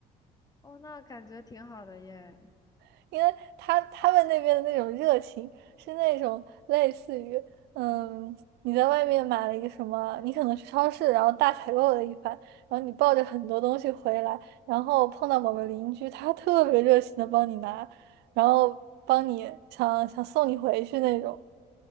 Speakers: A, on the left; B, on the right.
A: 哦，那感觉挺好的耶。
B: <laughs> 因为他他们那边的那种热情是那种类似于，嗯，你在外面买了一个什么，你可能去超市，然后大采购了一番，然后你抱着很多东西回来，然后碰到某个邻居，他特别热情的帮你拿，然后帮你想想送你回去那种。